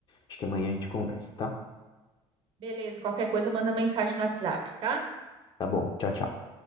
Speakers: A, on the left; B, on the right.
A: acho que amanhã a gente conversa, tá?
B: Beleza, qualquer coisa manda mensagem no WhatsApp, tá?
A: Tá bom. Tchau, tchau.